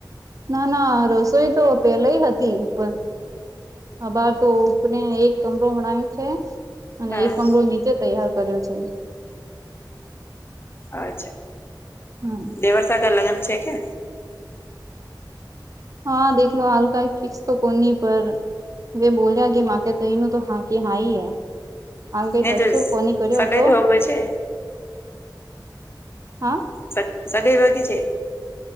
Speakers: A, on the right; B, on the left.
A: ના ના રસોઈ તો પેલે હતી ઉપર આબાર તોને એક કમરો મણાયું છે. અને
B: હા
A: એક કમરો નીચે તૈયાર કર્યો છે.
B: અચ્છા
A: હા
B: દેવળ સાથે લગન છે, કે
A: હા દલો હાલકાઈ ફિક્સ તો કોન પર વ બોલ્યા કે મા કે ત એનું તો હા કે હાાઈ એ હાલ કઈ
B: ને
A: દસ્તુર
B: તો
A: કોની કર્યો
B: સગાઈ
A: હતો.
B: તો હો ગઈ છે
A: હા
B: સાત સાતિ વાગી છે.